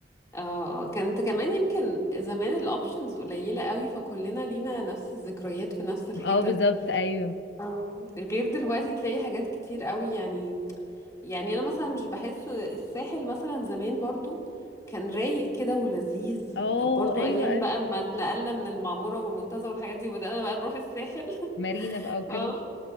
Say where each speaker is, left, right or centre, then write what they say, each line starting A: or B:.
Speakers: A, on the left; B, on the left.
A: اه آه، كانت كمان يمكن زمان الاوبشنز قليلة قوي فكلنا لينا نفس الذكريات في نفس الحتت
B: اه بالظبط ايوه
A: اه غير دلوقتي تلاقي حاجات كتير قوي يعني يعني انا مثلا مش بحس الساحل مثلا زمان برضو كان رايق كده ولذيذ
B: اه
A: برضو
B: ايوه
A: ايام
B: ايوه
A: بقى ما اتنقلنا من المعمورة والمنتزه والحاجات دي وبدأنا بقى نروح الساحل
B: مارينا
A: <laughs>
B: بقى وكده <laughs>